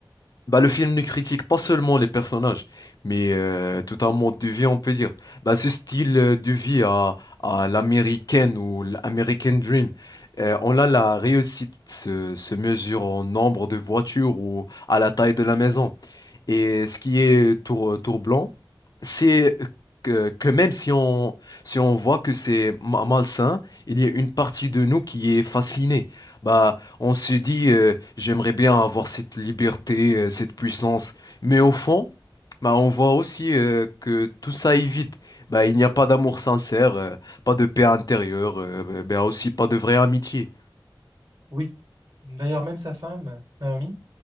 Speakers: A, on the left; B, on the right.
A: Bah le film ne critique pas seulement les personnages, mais euh, tout un mode de vie on peut dire. Bah ce style euh, de vie à, à l'américaine ou l'American Dream. Euh, on a la réussite se se mesure au nombre de voitures ou à la taille de la maison. Et ce qui est tour, euh, tour blanc, c'est que, que même si on, si on voit que c'est ma- malsain, il y a une partie de nous qui est fascinée. Bah, on se dit, euh, j'aimerais bien avoir cette liberté, euh, cette puissance. Mais au fond, bah, on voit aussi euh, que tout ça est vide. Bah, il n'y a pas d'amour sincère, euh, pas de paix intérieure, euh, bah, aussi pas de vraie amitié.
B: Oui, d'ailleurs même sa femme, Naomi,